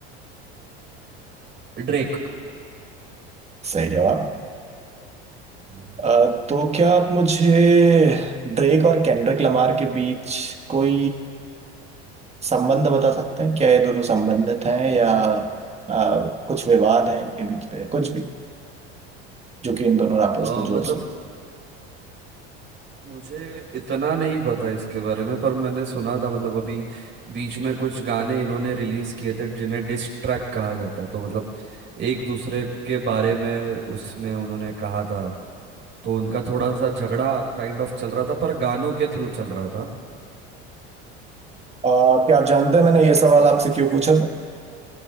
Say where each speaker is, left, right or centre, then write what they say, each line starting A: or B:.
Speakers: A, on the right; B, on the right.
A: अ, ड्रेक
B: सही जवाब
A: हम्म।
B: अ, तो क्या आप मुझे ड्रेक और केंड्रिक लमार के बीच कोई संबंध बता सकते हैं क्या ये दोनों संबंधित हैं या अ, कुछ विवाद हैं इनके बीच पे कुछ भी जो कि इन दोनों रैपर्स
A: अ,
B: को
A: मतलब
B: जोड़ सकते हैं।
A: मुझे इतना नहीं पता इसके बारे में पर मैंने सुना था मतलब अभी बीच में कुछ गाने इन्होंने रिलीज किए थे जिन्हें डिस ट्रैक कहा जाता है तो मतलब एक दूसरे के बारे में उसमें उन्होंने कहा था तो उनका थोड़ा सा झगड़ा काइंड ऑफ चल रहा था पर गानों के थ्रू चल रहा था
B: अ, क्या आप जानते हैं मैंने ये सवाल आपसे क्यों पूछा था